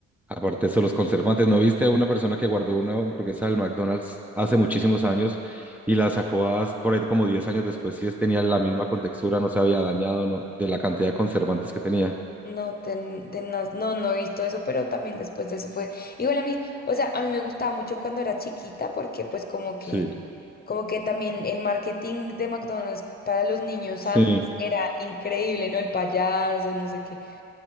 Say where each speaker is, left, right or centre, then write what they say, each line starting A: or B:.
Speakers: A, in the centre; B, on the left.
A: Aparte de eso, los conservantes. ¿No viste una persona que guardó una hamburguesa del McDonald's hace muchísimos años y la sacó a- por ahí como 10 años después? Sí, tenía la misma contextura, no se había dañado, no, de la cantidad de conservantes que tenía.
B: No, ten, tenaz, no, no he visto eso, pero también después de eso fue. Igual a mí, o sea, a mí me gustaba mucho cuando era chiquita, porque pues como
A: Sí.
B: que, como que también el marketing de McDonald's para los niños
A: Sí,
B: antes era increíble, ¿no? El payaso, no sé qué.